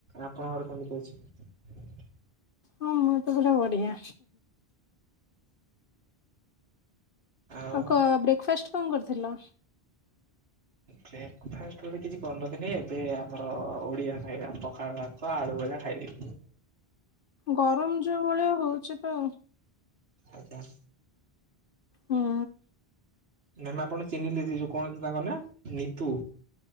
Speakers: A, on the right; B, on the left.
A: ଆପଣଙ୍କର କେମିତି ଅଛି।
B: ମୁଁ ତ ଭଲ ବଢିଆ
A: ଆଉ
B: ଆ କ ବ୍ରେକଫାଷ୍ଟ କଣ କରିଥିଲ।
A: ବ୍ରେକଫାଷ୍ଟ ଗୋଟେ କିଛି କରିନଥିଲି ଏବେ ଆମର ଓଡିଆ ଖାଇବା ପଖାଳ ଭାତ ଆଳୁ ଭଜା ଖାଇଳି
B: ଗରମ ଯୋଉ ଭଳିଆ ହଉଛି ତ
A: ଆଜ୍ଞା
B: ହୁଁ
A: ମ୍ୟାମ ଆପଣ ଚିହ୍ନିଲେ ଯେ କଣ ଅଛି ତାଙ୍କ ନା ନିିତୁ